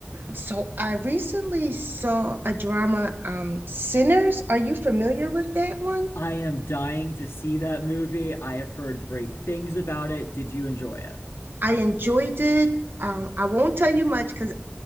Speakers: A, on the right; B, on the left.
A: So I recently saw a drama, um, Sinners. Are you familiar with that one?
B: I am dying to see that movie. I have heard great things about it. Did you enjoy it?
A: I enjoyed it. Um, I won't tell you much because